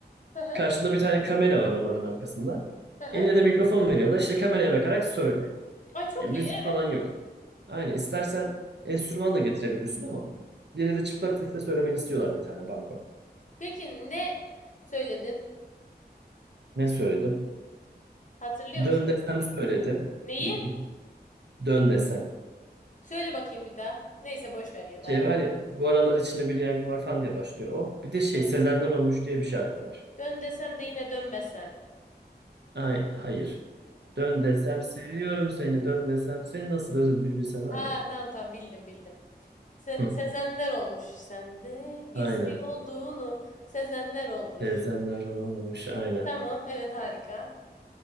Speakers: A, on the left; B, on the right.
A: Hı hı.
B: Karşında bir tane kamera var onların arkasında.
A: Hı hı.
B: Eline de mikrofon veriyorlar. İşte kameraya bakarak söyle.
A: Ay çok
B: Ya müzik
A: iyi evet.
B: falan yok. Aynen istersen enstrüman da getirebiliyorsun ama yine de çıplak sesle söylemeni istiyorlar bir tane banko.
A: Peki ne söyledin?
B: Ne söyledim?
A: Hatırlıyor
B: Dön
A: musun
B: desem
A: acaba?
B: söyledim.
A: Neyi?
B: Hı hı. Dön desem.
A: Söyle bakayım bir daha. Neyse boş ver ya
B: Şey
A: da hadi.
B: var ya bu aralar içinde bir yangın var falan diye başlıyor o. Bir de
A: Dön.
B: şey Sezenler Olmuş diye bir şarkı var.
A: Dön desem de yine dönmezsen.
B: Ay, hayır. Dön desem seviyorum seni. Dön desem seni nasıl özledim bir bilsen var
A: Ha
B: ya.
A: tamam tamam bildim bildim. Se-
B: Hı.
A: Sezenler olmuş sende. Gizli
B: Aynen.
A: olduğunu Sezenler olmuş.
B: Sezenler Olmuş aynen.
A: Tamam evet harika.